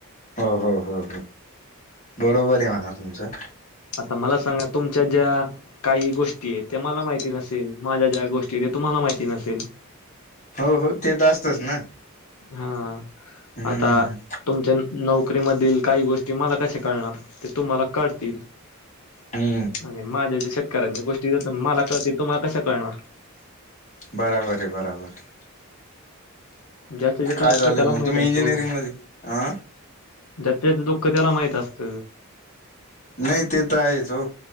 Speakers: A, on the left; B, on the left.
A: हो हो हो बरोबर आहे म्हणा तुमचं
B: आता मला सांगा तुमच्या ज्या काही गोष्टी आहेत त्या मला माहिती नसेल माझ्या ज्या गोष्टी ते तुम्हाला ला माहिती नसेल
A: हो हो ते तर असतच ना
B: हा
A: हम्मम
B: आता तुमच्या नोकरीमधील काही गोष्टी मला कश्या कळणार ते तुम्हाला कळतील
A: हम्
B: अरे माझ्या ज शेतकऱ्यांच्या गोष्टी ज मला कळते तुम्हाला कशा कळणार
A: बराबर आहे बराबर आहे.
B: ज्याचं ज्याचं
A: काय
B: दुःख
A: झालंय
B: त्याला
A: मग
B: माहित
A: तुम्ही
B: असतं
A: इंजिनिअरिंग
B: हो
A: मध्ये अ
B: ज्यांचं त्याच दुःख त्याला माहित असत
A: नाही ते तर आहेच हो